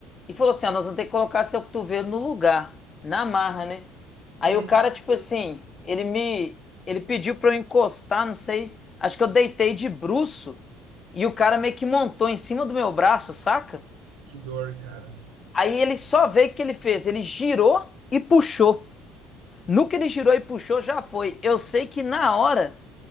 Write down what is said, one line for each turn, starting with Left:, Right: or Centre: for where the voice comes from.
Left: e falou assim: ó, nós vamos ter que colocar seu cotovelo no lugar, na marra, né? Aí
Right: Hum,
Left: o cara, tipo assim, ele me, ele pediu pra eu encostar, não sei, acho que eu deitei de bruço e o cara meio que montou em cima do meu braço, saca?
Right: que dor, cara.
Left: Aí ele só veio o que ele fez, ele girou e puxou. No que ele girou e puxou, já foi. Eu sei que na hora,